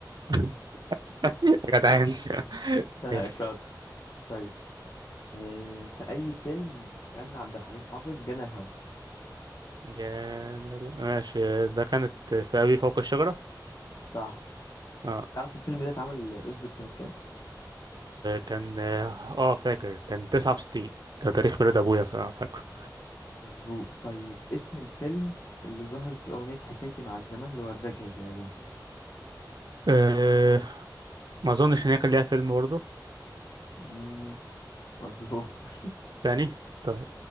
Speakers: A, on the right (about 65°); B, on the left (about 55°).
A: <laughs> يا جدعان <laughs>
B: <laughs>
A: ماشي.
B: شاطر طيب آه، في اي فيلم غنى عبد الحليم حافظ جنى الهوى
A: جان ماشي ده كانت في أبي فوق الشجرة
B: صح
A: اه
B: تعرف الفيلم ده اتعمل اصدر سنة كام
A: كان اه آه، فاكر كان 69 ده تاريخ ميلاد أبويا فاكره
B: مظبوط طيب اسم الفيلم اللي ظهرت فيه أغنية حكايتي مع الزمن لوردة جزائرية
A: آه ما أظنش إن هي كان ليها فيلم برضه
B: مم، مظبوط <laughs>
A: تاني طيب